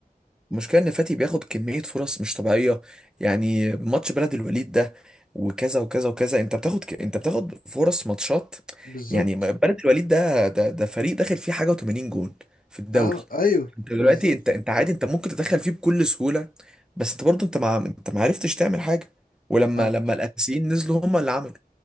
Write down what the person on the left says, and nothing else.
بالظبط
اه ايوه
بالظبط
طب